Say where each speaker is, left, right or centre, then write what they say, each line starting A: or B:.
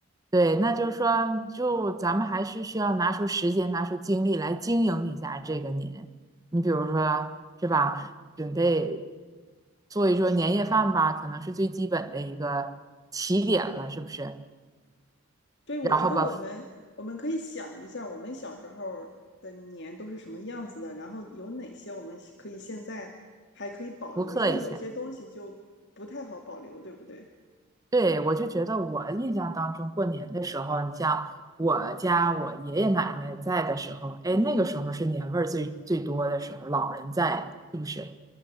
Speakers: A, on the right (about 15°); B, on the left (about 55°).
A: 对，那就是说，就咱们还是需要拿出时间、拿出精力来经营一下这个年。你比如说，是吧？准备做一桌年夜饭吧，可能是最基本的一个起点了，是不是？
B: 对，我觉得我们我们可以想一下，
A: 然后把
B: 我们小时候的年都是什么样子的，然后有哪些我们可以现在还可以保留，
A: 复刻一下。
B: 因为有些东西就不太好保留，对不对？
A: 对，我就觉得我印象当中过年的时候，你像我家我爷爷奶奶在的时候，哎，
B: 嗯，
A: 那个时候是年味儿最最多的时候，老人在，是不是？